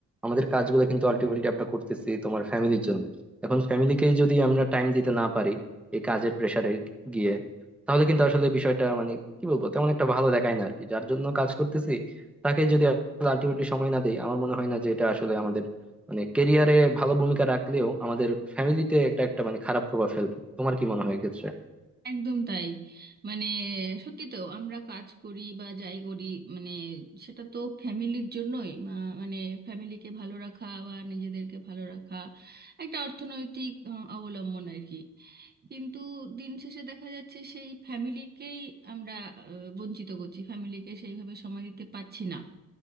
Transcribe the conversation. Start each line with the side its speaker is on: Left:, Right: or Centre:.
Centre: আমাদের কাজগুলো কিন্তু আলটিমেটলি আমরা করতেছি তোমার ফ্যামিলির জন্য এখন ফ্যামিলিকেই যদি আমরা টাইম দিতে না পারি এই কাজের প্রেসারে গিয়ে তাহলে কিন্তু আসলে বিষয়টা মানে কি বলবো তেমন একটা ভালো দেখায় না আর কি যার জন্য কাজ করতেছি তাকে যদি আলটিমেটলি সময় না দেই আমার মনে হয় না যে এটা আসলে আমাদের মানে কেরিয়ারে ভালো ভূমিকা রাখলেও আমাদের ফ্যামিলিতে একটা একটা মানে খারাপ প্রভাব ফেলবে তোমার কি মনে হয় এক্ষেত্রে
Right: একদম তাই মানে সত্যি তো আমরা কাজ করি বা যাই করি মানে সেটা তো ফ্যামিলির জন্যই মা- মানে ফ্যামিলিকে ভালো রাখা বা নিজেদেরকে ভালো রাখা একটা অর্থনৈতিক আহ, অবলম্বন আর কি কিন্তু দিন শেষে দেখা যাচ্ছে সেই ফ্যামিলিকেই আমরা আহ, বঞ্চিত করছি ফ্যামিলিকে সেইভাবে সময় দিতে পারছি না